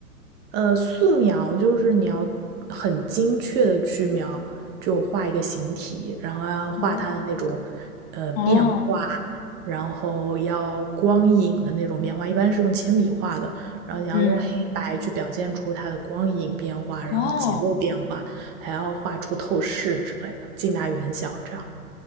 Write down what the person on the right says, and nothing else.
呃，素描就是你要很精确的去描，就画一个形体，然后要画它的那种
呃变化，
然后要光影的那种变化，一般是用铅笔画的，然后你要用黑白去表现出它的光影变化，
然后结构变化，
还要画出透视之类的，近大远小这样。